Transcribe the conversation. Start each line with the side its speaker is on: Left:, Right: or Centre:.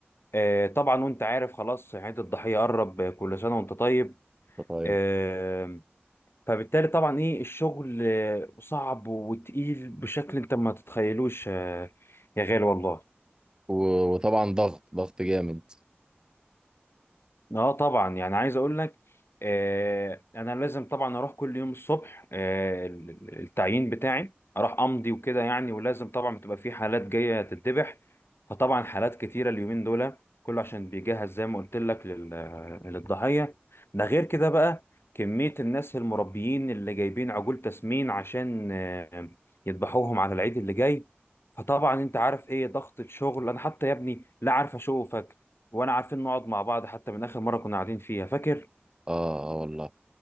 Left: آه، طبعا وانت عارف خلاص عيد الضحية قرب كل سنة وانت طيب
Right: انت طيب
Left: آه، فبالتالي طبعا ايه الشغل آه، صعب وتقيل بشكل انت ما تتخيلوش آه، يا غالي والله
Right: و- وطبعا ضغط ضغط جامد
Left: اه طبعا يعني عايز اقول لك آه انا لازم طبعا اروح كل يوم الصبح آه ال- ال- التعيين بتاعي اروح امضي وكده يعني ولازم طبعا بتبقى في حالات جايه تتذبح فطبعا حالات كتيره اليومين دول كله عشان بيجهز زي ما قلت لك لل- للضحيه ده غير كده بقى كميه الناس المربيين اللي جايبين عجول تسمين عشان آه يذبحوهم على العيد اللي جاي فطبعا انت عارف ايه ضغطة شغل انا حتى يا ابني لا عارف اشوفك وانا عارفين نقعد مع بعض حتى من اخر مره كنا قاعدين فيها فاكر
Right: اه اه والله